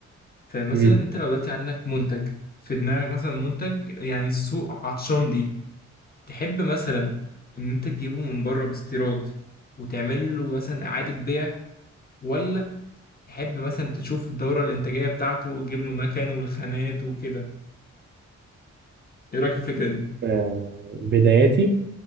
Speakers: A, on the left; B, on the right.
A: فمثلا
B: مم.
A: انت لو دلوقتي عندك منتج في دماغك مثلا منتج يعني السوق عطشان ليه تحب مثلا ان انت تجيبه من بره باستيراد وتعمل له مثلا اعاده بيع ولا تحب مثلا تشوف الدورة الإنتاجية بتاعته وتجيب له مكان والخامات وكده إيه رأيك في الفكرة دي؟
B: آه بداياتي